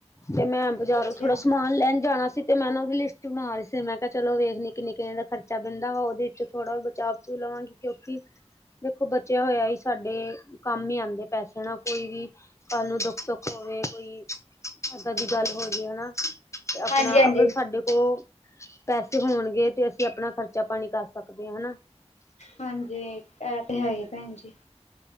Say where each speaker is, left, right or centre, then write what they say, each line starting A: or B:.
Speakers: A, on the left; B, on the left.
A: ਤੇ ਮੈਂ ਬਾਜ਼ਾਰੋਂ
B: ਅੱਛਾ
A: ਥੋੜਾ ਸਮਾਨ ਲੈਣ ਜਾਣਾ ਸੀ। ਤੇ ਮੈਂ ਨਾ ਓਦੀ ਲਿਸਟ ਬਣਾ ਰੀ ਸੀ। ਮੈਂ ਕਿਆ ਚਲੋ ਵੇਖਣੀ ਕਿੰਨੇ ਕਿੰਨੇ ਖਰਚਾ ਪੈਂਦਾ ਵਾ ਓਦੇ ਵਿੱਚੋਂ ਥੋੜ੍ਹਾ ਬਚਾ 'ਚ ਲਵਾਂਗੀ। ਕਿਉਂਕਿ ਦੇਖੋ ਬਚਿਆ ਹੋਇਆ ਹੀ ਸਾਡੇ ਕੰਮ ਈ ਆਂਦੇ। ਪੈਸੇ ਨਾ ਕੋਈ ਵੀ ਕੱਲ੍ਹ ਨੂੰ ਦੁੱਖ ਸੁੁੱਖ ਹੋਵੇ ਕੋਈ ਇੱਦਾਂ ਦੀ ਗੱਲ ਹੋਜੇ ਹਨਾ ਤੇ ਆਪਣਾ
B: ਹਾਂਜੀ-ਹਾਂਜੀ।
A: ਅਗਰ ਸਾਡੇ ਕੋਲ। ਪੈਸੇ ਹੋਣਗੇ ਤੇ ਅਸੀਂ ਆਪਣਾ ਖਰਚਾ ਪਾਣੀ ਸਕਦੇ ਹਨਾ।
B: ਹਾਂਜੀ ਇਹ ਤੇ ਹੈ ਹੀ ਭੈਣ ਜੀ।